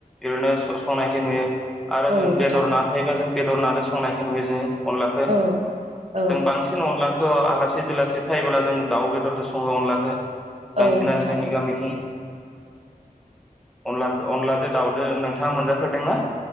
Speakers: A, in the centre; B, on the right.
A: ओरैनो संनायखि नुयो। आरो
B: औ
A: जों
B: नोंथां
A: बेदर ना थायोबा जों बेदर नादो संनायखो नुयो जोङो। अनलाखो
B: औ औ
A: जों बांसिन अनला खौ आलासि दलासि फैबोब्ला जों दाउ बेदरजों सङो अनलाखो।
B: औ
A: बांसिनानो
B: नोंथां
A: जोंनि गामिथिं। अनला अनलाजों दावउदो नोंथाङा मोनजाफेरदोंना?